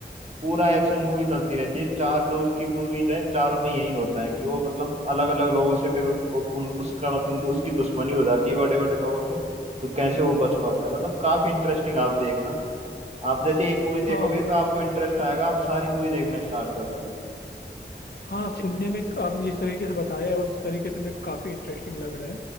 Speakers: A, on the right (about 35°); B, on the left (about 65°).
A: पूरा एक्शन मूवी चलती रहती है चार जो उसकी मूवीज है चारों में यही होता है कि वो मतलब अलग अलग लोगों से फिर वो उन उसका मतलब दु- उसकी दुश्मनी हो जाती है बड़े बड़े लोगों से तो कैसे वो बच पाता है मतलब काफी इंटरेस्टिंग आप देखना आप जैसे एक मूवी देखोगे
B: हाँ
A: तो आपको इंटरेस्ट आएगा आप सारी मूवी देखना स्टार्ट कर दोगे
B: हाँ सुनने में आपने जिस तरीके से बताया है उस तरीके से मेरे को काफ़ी इंटरेस्टिंग लग रहा है